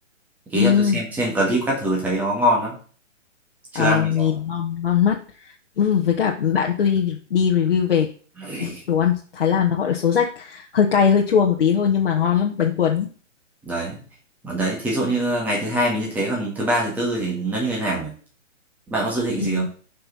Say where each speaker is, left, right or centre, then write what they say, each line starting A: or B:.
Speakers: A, in the centre; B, on the left.
A: ý
B: ừ,
A: là tôi xem trên clip các thứ thấy nó ngon lắm chưa
B: ờ,
A: ăn bao
B: nhìn
A: giờ
B: ngon ngon mắt ừ, với cả bạn tôi đi review về
A: <coughs>
B: đồ ăn Thái Lan nó gọi là số rách hơi cay hơi chua một tí thôi nhưng mà ngon lắm bánh cuốn
A: đấy còn đấy thí dụ như ngày thứ hai mình như thế còn thứ ba thứ tư thì nó như thế nào nhỉ bạn có dự định
B: thì
A: gì không